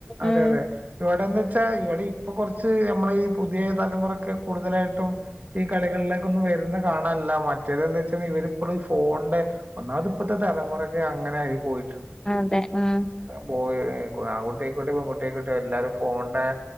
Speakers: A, on the right; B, on the left.
A: അതെ
B: ഉം
A: അതെ ഇവിടെന്ന് വച്ചാ ഇവിടെ ഇപ്പൊ കുറച്ച് നമ്മളെ ഈ പുതിയ തലമുറക്ക് കൂടുതലായിട്ടും. ഈ കളികളിലേക്ക് ഒന്നും വരുന്ന കാണല്ല മറ്റേത്ന്താ വെച്ചൽ ഇവരിപ്പോഴും ഈ ഫോണിന്റെ ഒന്നാമത് ഇപ്പഴത്തെ തലമുറക്കെ അങ്ങനെ ആയി പോയി.
B: അ അതെ ഉം
A: പോയി ആൺകകുട്ടിയായിക്കോട്ടെ പെൺകുട്ടിആയിക്കോട്ടെ എല്ലാരും ഫോണിന്റെ-